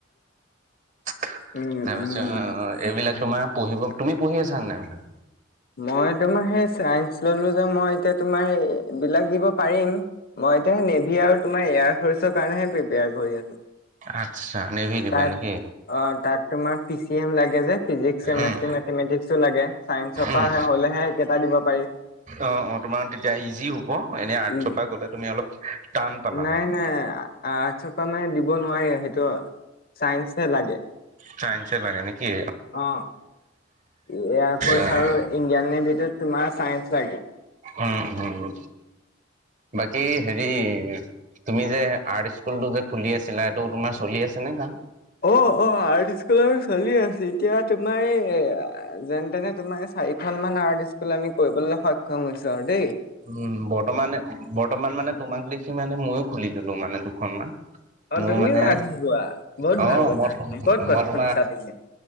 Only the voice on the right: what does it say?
তাৰপিছত
এইবিলাক তোমাৰ পঢ়িব তুমি পঢ়ি আছা নে নাই?
আচ্ছা নেভি দিবা
নেকি?
উম
উম।
অ', অ', তোমাৰ তেতিয়া ইজি হব এনে আৰ্টছপা
গলে তুমি অলপ টান পালা
হয়।
চাইন্সে লাগে নেকি?
অ',
উম, উম, বাকি হেৰি তুমি যে আৰ্ট স্কুল টো যে খুলি আছিলা সেইটো তোমাৰ চলি আছে নে কাম?
উম, বৰ্তমানে বৰ্তমান মানে তোমাক দেখি মানে মইয়ো খুলিললো মানে দুখনমান।
মোৰ
মানে
অ',
মই
মই
তোমাৰ